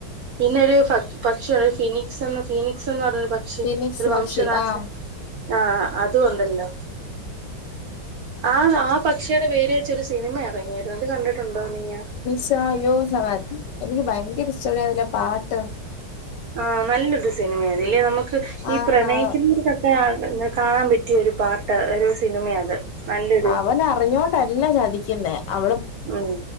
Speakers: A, on the right; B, on the left.
A: പിന്നര് ഫ പക്ഷി ഉള്ള ഫിനിക്സ്എന്ന ഫിനിക്സ് എന്ന് പറഞ്ഞൊര് പക് ക്ഷി
B: ഫിനിക്സ്
A: ഒര് വംശനാശ
B: പക്ഷി ആഹ്
A: ആഹ് അതും ഉണ്ടല്ലോ ആഹ് ആ പക് ക്ഷെടെ പേര് വെച്ചൊരു സിനിമ ഇറങ്ങിയിരുന്ന് അത് കണ്ടിട്ടുണ്ടോ നീയാ
B: ചാ അയ്യോ സെവൻ എനിക്ക് ഭയങ്കരം ഇഷ്ട്ടല്ലായിരുന്നില്ലേ ആ പാട്ട്
A: ആ നല്ലൊരു സിനിമയതില്ലെ നമുക്ക് ഈ
B: ആഹ്
A: പ്രണയിക്കുന്നതക്ക്
B: നാളെ
A: <unintelligible> കാണാൻ പറ്റിയ ഒരു പാട്ട് ട്ട് ഒര് സിനിമയാ അത് നല്ലൊരു
B: അവൻ അവനറിഞ്ഞോണ്ടല്ല ചതിക്കുന്നേ അവള്
A: ആഹ്